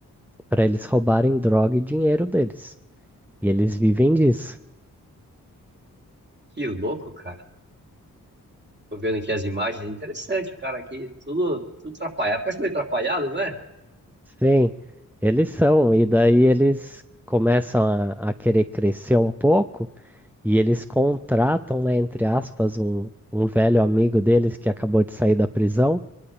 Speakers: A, in the centre; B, on the right.
A: para eles roubarem droga e dinheiro deles. E eles vivem disso.
B: Que louco, cara. Tô vendo aqui as imagens. Interessante o cara aqui. Tudo, tudo atrapalhado. Parece meio atrapalhado, né?
A: Sim, eles são. E daí eles começam a a querer crescer um pouco. E eles contratam, né, entre aspas, um, um velho amigo deles que acabou de sair da prisão.